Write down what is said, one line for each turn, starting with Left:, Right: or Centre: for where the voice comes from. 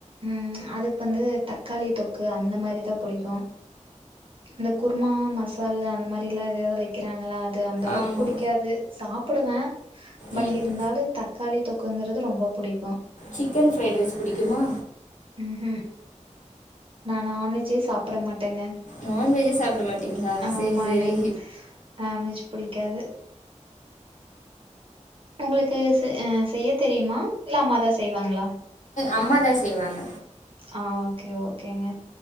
Right: ம் அதுக்கு வந்து தக்காளி தொக்கு அந்த மாதிரிதான் புடிக்கும் இந்த குருமா மசாலா அந்த மாதிரி எல்லாம் எதாவது வைக்கிறாங்களா அது அந்த அளவுக்கு
Left: ஆமா
Right: பிடிக்காது சாப்பிடுவேன் பட்
Left: ம்
Right: இருந்தாலும் தக்காளி தொக்குங்கிறது ரொம்ப பிடிக்கும்
Left: சிக்கன் ஃப்ரைடு ரைஸ் பிடிக்குமா
Right: உஹும் நா நான்வெஜ்யே சாப்பிட மாட் டேங்க
Left: நான்வெஜ்ஜே சாப்ட மாட்டீங்களா
Right: ஆமாங்க
Left: சேரி சேரி
Right: நான்வெஜ் பிடிக்காது உங்களுக்கு செய்ய தெரியுமா இல்லா அம்மாதா செய்வாங்களா
Left: அம்மாதா செய்வாங்க
Right: ஆ ஓகே ஓகேங்க